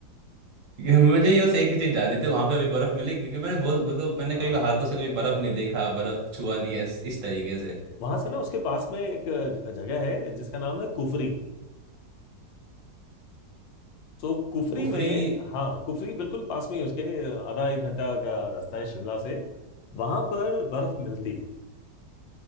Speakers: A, on the right; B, on the left.
A: ये मुझे ये बस एक ही चीज़ जाननी थी वहाँ पे अभी बर्फ़ मिलेगी क्योंकि मैंने बहुत मतलब मैंने
B: आ,
A: कभी हाथों से कभी बर्फ़ नहीं देखा बर्फ़ छुआ नहीं है इस, इस तरीके से
B: वहां से ना उसके पास में एक अ, जगह है जिसका नाम है कुफरी तो कुफरी
A: कुफरी
B: में हाँ कुफरी बिल्कुल पास में ही है उसके अ, आधा एक घंटा का रास्ता है शिमला से वहां पर बर्फ मिलती है